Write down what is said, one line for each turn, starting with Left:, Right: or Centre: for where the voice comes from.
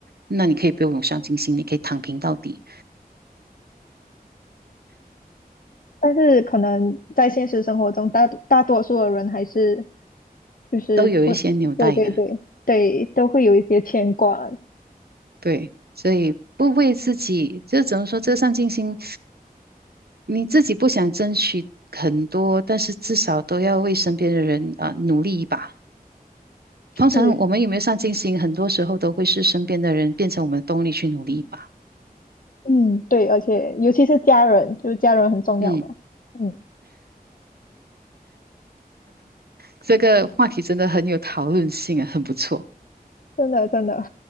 Right: 那你可以不用有上进心，你可以躺平到底，
Left: 但是可能在现实生活中，大多大多数的人还是就是不，
Right: 都有一些纽带的。
Left: 对对对对，都会有一些牵挂，
Right: 对，所以不为自己，这怎么说？这个上进心，你自己不想争取很多，但是至少都要为身边的人啊、呃努力一把。通常我们有没有上进心，
Left: 是，
Right: 很多时候都会是身边的人变成我们的动力去努力吧。
Left: 嗯，对，而且尤其是家人，就是家人很重要嘛，
Right: 嗯，
Left: 嗯，
Right: 这个话题真的很有讨论性啊，很不错。
Left: 真的真的，